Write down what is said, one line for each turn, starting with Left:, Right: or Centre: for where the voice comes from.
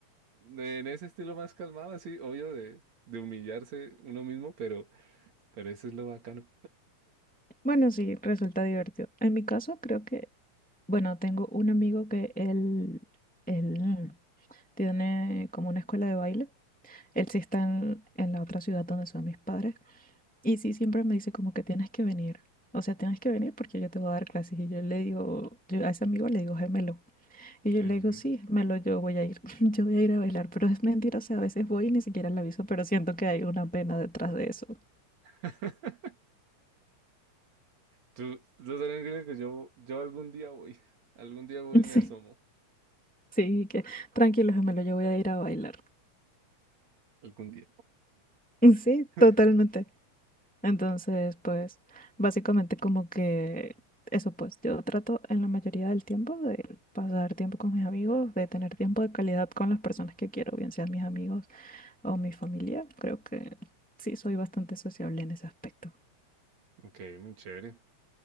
Right: de- en ese estilo más calmado, así, obvio, de, de humillarse uno mismo, pero, pero eso es lo bacano.
Centre: Bueno, sí, resulta divertido. En mi caso, creo que, bueno, tengo un amigo que él, él tiene como una escuela de baile. Él sí está en, en la otra ciudad donde son mis padres. Y sí, siempre me dice como que tienes que venir. O sea, tienes que venir porque yo te voy a dar clases. Y yo le digo, yo a ese amigo le digo, gemelo. Y yo
Right: Ujú.
Centre: le digo, sí, gemelo, yo voy a ir. <laughs> Yo voy a ir a bailar. Pero es mentira, o sea, a veces voy y ni siquiera le aviso, pero siento que hay una pena detrás de eso. <laughs>
Right: <laughs> Tú, tú tranquilo que yo, yo algún día voy, algún día voy y me
Centre: Sí,
Right: asomo,
Centre: sí, que tranquilo, gemelo, yo voy a ir a bailar.
Right: algún día.
Centre: Sí,
Right: <laughs>
Centre: totalmente. Entonces, pues, básicamente como que eso, pues, yo trato en la mayoría del tiempo de pasar tiempo con mis amigos, de tener tiempo de calidad con las personas que quiero, bien sean mis amigos o mi familia. Creo que sí, soy bastante sociable en ese aspecto.
Right: Ok, muy chévere,